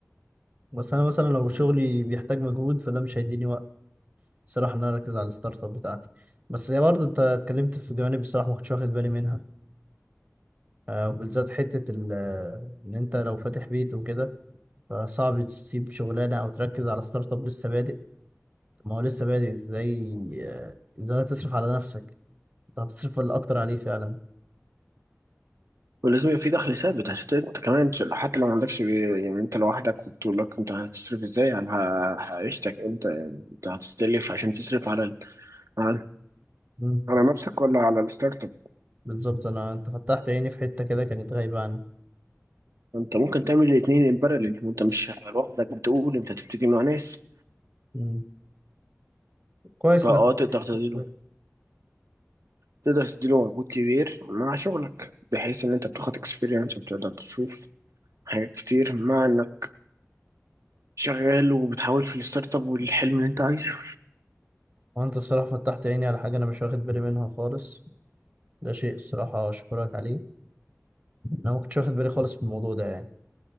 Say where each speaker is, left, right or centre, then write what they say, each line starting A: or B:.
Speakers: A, on the right; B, on the right.
A: بس انا مثلا لو شغلي بيحتاج مجهود فده مش هيديني وقت صراحة ان انا اركز على الستارت اب بتاعتي بس هي برضه انت اتكلمت في جوانب الصراحة ما كنتش واخد بالي منها آه، وبالذات حتة ال- آه، ان انت لو فاتح بيت وكده فصعب تسيب شغلانة او تركز على ستارت اب لسه بادئ ما هو لسه بادئ ازاي آه، ازاي هتصرف على نفسك انت هتصرف ولا اكتر عليه فعلا
B: ولازم يبقى في دخل ثابت عشان ت- انت كمان ش- حتى لو ما عندكش بي- يعني انت لوحدك في بطولك انت هتصرف ازاي على ه- عيشتك انت يعني انت هتستلف عشان تصرف على ال- على
A: مم.
B: على نفسك ولا على الستارت اب
A: بالظبط انا انت فتحت عيني في حتة كده كانت غايبة عني
B: انت ممكن تعمل الاثنين ان باراليل وانت مش هتبقى لوحدك بتقول انت هتبتدي مع ناس
A: مم. كويس
B: فاه
A: انك قلت
B: تقدر
A: لي أخد
B: تدير
A: بالي.
B: تقدر تديله مجهود كبير مع شغلك بحيث ان انت بتاخد اكسبيرينس وبتقدر تشوف حاجات كتير مع انك شغال وبتحاول في الستارت اب والحلم اللي انت عايزه
A: وانت الصراحة فتحت عيني على حاجة انا مش واخد بالي منها خالص ده شيء الصراحة اشكرك عليه انا ما كنتش واخد بالي خالص في الموضوع ده يعني